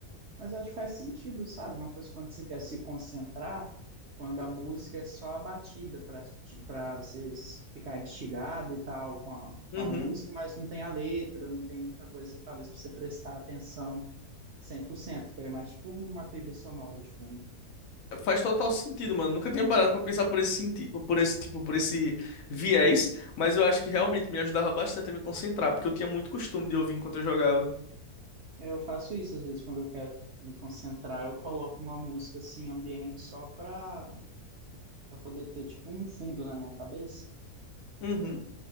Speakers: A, on the right (about 60°); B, on the left (about 65°).
A: Mas acho que faz sentido, sabe? Uma coisa quando você quer se concentrar, quando a música é só a batida para para você ficar instigado e tal com a, com
B: Uhum.
A: a música, mas não tem a letra, não tem muita coisa, talvez, para você prestar atenção cem por cento ficaria mais tipo uma trilha sonora de fundo.
B: Faz total sentido, mano. Nunca tinha parado pra pensar por esse sentido, por esse tipo, por esse viés, mas eu acho que realmente me ajudava bastante a me concentrar, porque eu tinha muito costume de ouvir enquanto eu jogava.
A: Eu faço isso às vezes quando eu quero me concentrar, eu coloco uma música assim ambiente só para para poder ter tipo um fundo na minha cabeça.
B: Uhum.